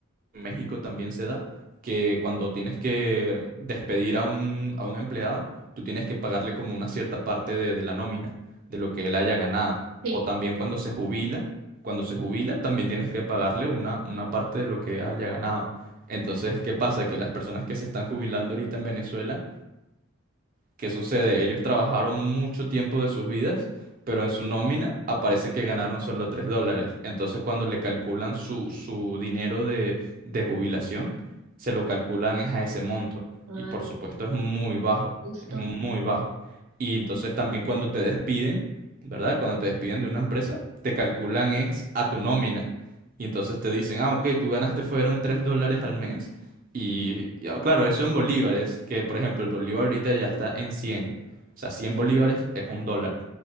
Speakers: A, on the right; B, on the right.
A: en México también se da, que cuando tienes que despedir a un, a un empleado, tú tienes que pagarle como una cierta parte de, de la nómina, de lo que él haya ganado.
B: sí.
A: O también cuando se jubila, cuando se jubila, también tienes que pagarle una, una parte de lo que haya ganado. Entonces, ¿qué pasa? Que las personas que se están jubilando ahorita en Venezuela ¿Qué sucede? Ellos trabajaron mucho tiempo de sus vidas, pero en su nómina aparece que ganaron solo 3 dólares. Entonces, cuando le calculan su, su dinero de, de jubilación, se lo calculan es a ese monto.
B: Ay,
A: Y por supuesto
B: no,
A: es muy bajo,
B: justo.
A: es muy bajo. Y entonces también cuando te despiden, ¿verdad? Cuando te despiden de una empresa, te calculan es a tu nómina. Y entonces te dicen, ah, ok, tú ganaste fueron 3 dólares al mes y, y, ah, claro, eso en bolívares, que por ejemplo el bolívar ahorita ya está en cien O sea, 100 bolívares es un dólar.